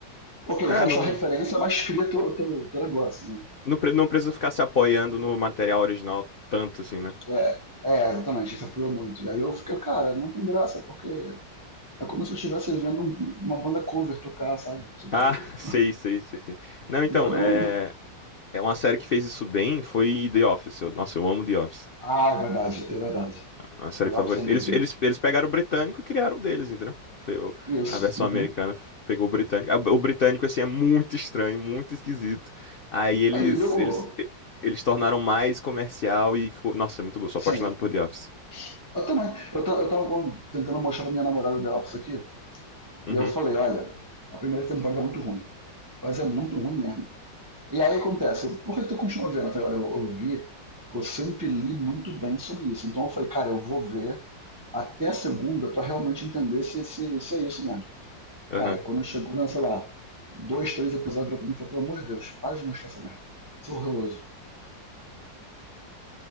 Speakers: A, on the right (about 20°); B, on the left (about 65°).
A: ok,
B: É,
A: faz
B: não,
A: tua referência, mas cria teu, teu, teu negócio, né?
B: não, pre- não precisa ficar se apoiando no material original tanto, assim, né?
A: É, é, exatamente, isso apurou muito. E aí eu fiquei, cara, não tem graça, porque é como se eu estivesse vendo um- uma banda cover tocar, sabe? Tipo,
B: Ah, <laughs> sei, sei, sei, sei. Não,
A: entendeu?
B: então, é,
A: Não-
B: é uma série que fez isso bem, foi The Office. Eu- nossa, eu amo The Office.
A: Ah, é verdade, é verdade.
B: A série
A: The
B: favorita.
A: Ops é incrível.
B: Eles, eles, eles pegaram o britânico e criaram um deles, entendeu? Fe- o-
A: Isso,
B: A versão
A: uhum.
B: americana f- pegou o britânico. Ah, O britânico, assim, é muito estranho, muito esquisito. Aí eles,
A: Aí eu,
B: eles, e- eles tornaram mais comercial e ficou. Nossa, é muito bom. Sou
A: sim,
B: apaixonado por The Office.
A: eu também. Eu, ta- eu tava com- tentando mostrar pra minha namorada The Ops aqui,
B: Uhum.
A: e eu falei, olha, a primeira temporada é muito ruim, mas é muito ruim mesmo. E aí acontece, por que tu continua vendo? Eu falei, olha, eu ouvi, porque eu sempre li muito bem sobre isso. Então eu falei, cara, eu vou ver até segunda pra realmente entender se, se, se é isso mesmo.
B: Aham.
A: Cara, quando chegou, na, sei lá, dois, três episódios virou pra mim, eu falei, pelo amor de Deus, para de mostrar essa merda. Isso é horroroso.